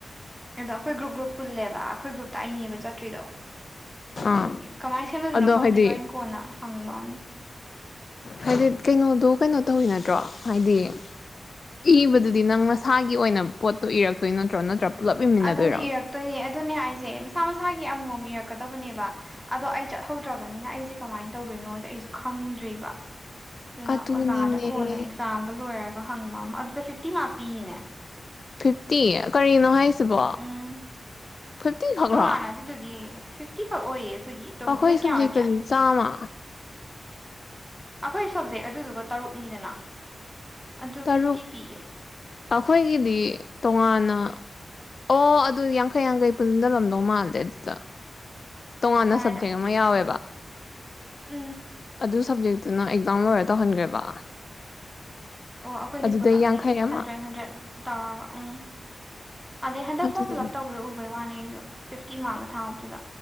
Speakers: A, in the centre; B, on the left (about 55°).
A: ꯑꯗꯣ ꯑꯩꯈꯣꯏ ꯒ꯭ꯔꯨꯞ ꯒ꯭ꯔꯨꯞ ꯄꯨꯜꯂꯦꯕ ꯑꯩꯈꯣꯏ ꯒ꯭ꯔꯨꯞꯇ ꯑꯩꯅꯦꯕ ꯆꯠꯇ꯭ꯔꯤꯗꯣ꯫ ꯑꯗꯨꯗꯨꯒꯤ
B: ꯑꯥ
A: ꯀꯃꯥꯏꯅ ꯁꯦꯝꯅꯗꯣꯏꯅꯣ
B: ꯑꯗꯣ
A: ꯈꯪꯗꯦ
B: ꯍꯥꯏꯗꯤ
A: ꯍꯣꯔꯦꯟ ꯀꯣꯟꯅ ꯐꯪꯕ ꯑꯝꯅꯤ
B: ꯍꯥꯏꯗꯤ ꯀꯩꯅꯣꯗꯣ ꯀꯩꯅꯣ ꯇꯧꯋꯤ ꯅꯠꯇ꯭ꯔꯣ ꯍꯥꯏꯗꯤ ꯏꯕꯗꯨꯗꯤ ꯅꯪ ꯅꯁꯥꯒꯤ ꯑꯣꯏꯅ ꯄꯣꯠꯇꯣ ꯏꯔꯛꯇꯣꯏ ꯅꯠꯇ꯭ꯔꯣ? ꯅꯠꯇ꯭ꯔꯥ ꯄꯨꯂꯞ ꯏꯃꯤꯟꯅꯗꯣꯏꯔꯣ
A: ꯑꯗꯨꯅꯦ ꯏꯔꯛꯇꯣꯏꯅꯦ ꯑꯗꯨꯅꯦ ꯍꯥꯏꯁꯦ ꯃꯁꯥ ꯃꯁꯥꯒꯤ ꯒꯤ ꯑꯃꯃꯝ ꯏꯔꯛꯀꯗꯕꯅꯦꯕ ꯑꯗꯣ ꯑꯩ ꯆꯠꯍꯧꯗ꯭ꯔꯕꯅꯤꯅ ꯑꯩꯁꯦ ꯀꯃꯥꯏꯅ ꯇꯧꯗꯣꯏꯅꯣꯁꯦ ꯑꯩꯁꯨ ꯈꯪꯗ꯭ꯔꯤꯕ꯫ ꯑꯗꯨꯅ
B: ꯑꯗꯨꯅꯤꯅꯦ
A: ꯑꯣꯖꯥꯗ ꯀꯣꯟꯅ ꯑꯦꯛ꯭ꯖꯥꯝꯒ ꯂꯣꯏꯔꯒ ꯍꯪꯕ ꯑꯃ ꯑꯗꯨꯗ ꯐꯤꯐꯇꯤ ꯃ꯭ꯔꯥꯛ ꯄꯤꯅꯤꯅꯦ
B: ꯐꯤꯐꯇꯤ ꯀꯔꯤꯅꯣ ꯍꯥꯏꯁꯤ ꯁꯤꯕꯣ
A: ꯎꯝ
B: ꯐꯤꯐꯇꯤ ꯈꯛꯂꯣ?
A: ꯇꯣꯉꯥꯟꯅ ꯑꯗꯨꯗꯨꯒꯤ ꯐꯤꯐꯇꯤ ꯇꯛ ꯑꯣꯏꯌꯦ꯫ ꯑꯩꯈꯣꯏꯒꯤ
B: ꯑꯩꯈꯣꯏ
A: ꯅꯣꯏ ꯀꯌꯥ
B: ꯁꯕꯖꯦꯛꯇꯗꯤ
A: ꯑꯣꯏꯒꯦ
B: ꯆꯥꯝꯃꯥ꯫
A: ꯑꯩꯈꯣꯏ ꯁꯕꯖꯦꯛ ꯑꯗꯨꯗꯨꯒ ꯇꯔꯨꯛꯅꯤꯗꯅ ꯑꯗꯨ
B: ꯇꯔꯨꯛ
A: ꯐꯤꯐꯇꯤ ꯄꯤꯒꯦ
B: ꯑꯩꯈꯣꯏꯒꯤꯗꯤ ꯇꯣꯉꯥꯟꯅ ꯑꯣ ꯑꯗꯨ ꯌꯥꯡꯈꯩ ꯌꯥꯡꯈꯩ ꯄꯨꯟꯖꯟꯂꯝꯗꯧ ꯃꯥꯟꯂꯦ ꯑꯗꯨꯗ ꯇꯣꯉꯥꯟꯅ
A: ꯀꯗꯥꯏꯗ
B: ꯁꯕꯖꯦꯛ ꯑꯃ ꯌꯥꯎꯋꯦꯕ
A: ꯎꯝ꯫
B: ꯑꯗꯨ ꯁꯕꯖꯦꯛꯇꯨꯅ ꯑꯦꯛꯖꯥꯝ ꯂꯣꯏꯔ ꯇꯧꯍꯟꯈ꯭ꯔꯦꯕ
A: ꯑꯣ ꯑꯩꯈꯣꯏꯗꯤ
B: ꯑꯗꯨꯗꯩ
A: ꯄꯨꯂꯞꯅꯤ
B: ꯌꯥꯡꯈꯩ ꯑꯃ
A: ꯍꯟꯗ꯭ꯔꯦꯠ ꯍꯟꯗ꯭ꯔꯦꯠ ꯇꯧꯔꯒ ꯎꯝ ꯑꯗꯩ ꯍꯟꯗꯛ
B: ꯑꯗꯨꯗꯤ
A: ꯐ꯭ꯔꯣꯝ ꯐꯤꯜ ꯑꯞ ꯇꯧꯕꯗ ꯎꯕ ꯃꯥꯅꯦ ꯑꯩꯁꯨ ꯐꯤꯐꯇꯤ ꯃ꯭ꯔꯥꯛꯅꯦ ꯊꯥꯕꯗꯨꯗ